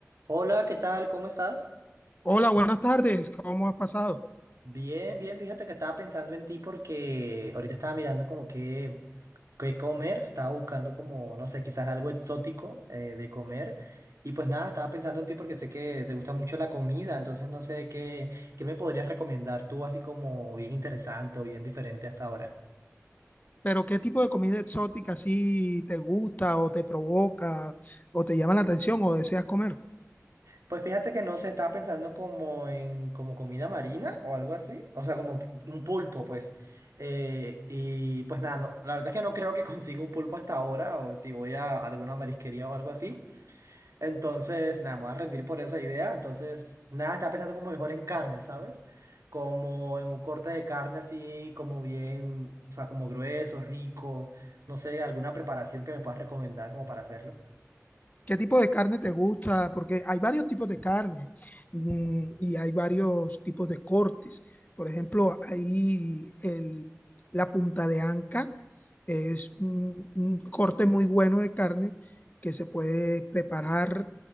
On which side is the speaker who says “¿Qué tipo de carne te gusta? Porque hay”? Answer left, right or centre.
Left